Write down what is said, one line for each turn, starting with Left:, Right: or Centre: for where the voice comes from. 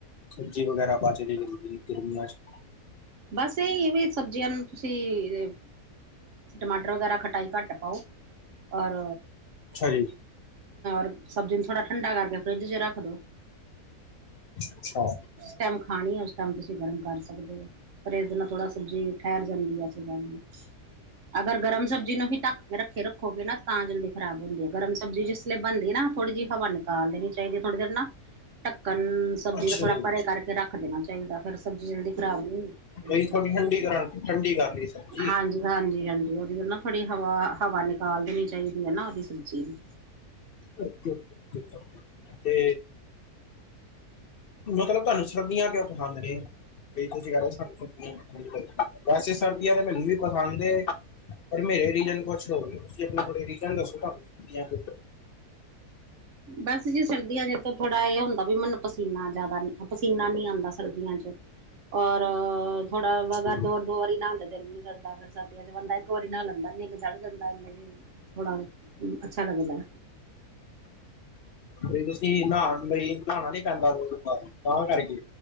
Left: ਸਬਜ਼ੀ ਵਗੈਰਾ ਬੱਚ ਜਾਂ ਗਰਮੀਆਂ ਚ'।
Right: ਬਸ ਇਹੀ ਵੀ ਸਬਜ਼ੀਆਂ ਨੂੰ ਤੁਸੀਂ ਟਮਾਟਰ ਵਗੈਰਾ ਖਟਾਈ ਘੱਟ ਪਾਓ। ਔਰ
Left: ਅੱਛਾ ਜੀ
Right: ਰ ਸਬਜ਼ੀ ਨੂੰ ਥੋੜਾ ਠੰਡਾ ਕਰਕੇ ਫਰਿੱਜ ਚ' ਰੱਖ ਦੋ।
Left: ਅੱਛਾ।
Right: ਜਿਸ ਟਾਈਮ ਖਾਣੀ। ਉਸ ਟਾਈਮ ਤੁਸੀਂ ਗਰਮ ਕਰ ਸਕਦੇ ਹੋ ਪਰ ਇਸਦੇ ਨਾਲ ਥੋੜਾ ਸਬਜ਼ੀ ਠਹਿਰ ਜਾਂਦੀ ਹੈ। ਜ <inaudible> ਅਗਰ ਗਰਮ ਸਬਜ਼ੀ ਨੂੰ ਹੀ ਢੱਕ ਕੇ ਰੱਖੇ ਰੱਖੋਗੇ ਨਾ ਤਾਂ ਜਲਦੀ ਖ਼ਰਾਬ ਹੁੰਦੀ ਹੈ। ਗਰਮ ਸਬਜ਼ੀ ਜਿਸ ਬਣਦੀ ਨਾ ਥੋੜ੍ਹੀ ਜਿਹੀ ਹਵਾ ਨਿਕਾਲ ਦੇਣੀ ਚਾਹੀਦੀ। ਥੋੜੀ ਦੇਰ ਨਾ ਢੱਕਣ ਸਬਜ਼ੀ
Left: ਅੱਛਾ
Right: ਦਾ ਥੋੜਾ
Left: ਜੀ
Right: ਪਰੇ ਕਰਕੇ ਰੱਖ ਦੇਣਾ ਚਾਹੀਦਾ। ਫਿਰ ਸਬਜ਼ੀ ਜਲਦੀ ਖਰਾਬ ਨੀ ਹੁੰਦੀ।
Left: ਬਈ ਥੋੜੀ ਠੰਡੀ ਕਰਾ ਠੰਡੀ ਕਰ ਲਈ ਸਬਜ਼ੀ
Right: ਹਾਂਜੀ। ਹਾਂਜੀ- ਹਾਂਜੀ ਉਹਦੀ ਨਾ ਥੋੜੀ ਹਵਾ -ਹਵਾ ਨਿਕਾਲ ਦੇਣੀ ਚਾਹੀਦੀ ਹੈ ਨਾ ਉਹਦੀ ਸਬਜ਼ੀ ਦੀ।
Left: ਅੱ <inaudible> <inaudible> ਤੇ ਮਤਲਬ ਤੁਹਾਨੂੰ ਸਰਦੀਆਂ ਕਿਉਂ ਪਸੰਦ ਨੇ। ਕਈ ਤੁਸੀਂ ਕਹਿ ਰਹੇ ਸਾਨੂੰ <inaudible> ਵੈਸੇ ਸਰਦੀਆਂ ਤੇ ਮੈਨੂੰ ਵੀ ਪਸੰਦ ਏ। ਮੇਰੇ ਰੀਜਨ ਕੁਛ ਹੋ ਤੁਸੀਂ ਆਪਣੇ ਕੋਲ ਰੀਜਨ ਦੱਸੋ ਤੁਹਾਨੂੰ ਸਰਦੀਆਂ ਕਿਉ ਪ
Right: ਬਸ ਜੀ ਸਰਦੀਆਂ 'ਚ ਥੋੜਾ ਇਹ ਹੁੰਦਾ ਵੀ ਮੈਨੂੰ ਪਸ ਪਸੀਨਾ ਜ਼ਿਆਦਾ ਪਸੀਨਾ ਨਹੀਂ ਆਉਂਦਾ ਸਰਦੀਆਂ 'ਚ ਔਰ ਥੋੜਾ ਵਗਰ
Left: ਪਸੰਦ ਨੇ?
Right: ਦੋਰ-ਦੋਰ ਹੀ ਨਹਾਂ ਦਾ ਦਿਲ ਨੀ ਕਰਦਾ ਫੇਰ ਸਰਦੀਆਂ 'ਚ ਬੰਦਾ ਇਕੋ ਵਾਰੀ ਨਹਾ ਲੈਦਾਂ ਨਿੱਘ ਚੜ ਜਾਂਦਾ ਇਨਾ 'ਚ ਥੋੜਾ ਅੱਛਾ ਲੱਗਦਾ।
Left: ਬਈ ਤੁਸੀ ਨਹਾ ਬਈ ਨਹਾਣਾ ਨੀ ਪੈਂਦਾ <unintelligible> ਤਾਂ ਕਰਕੇ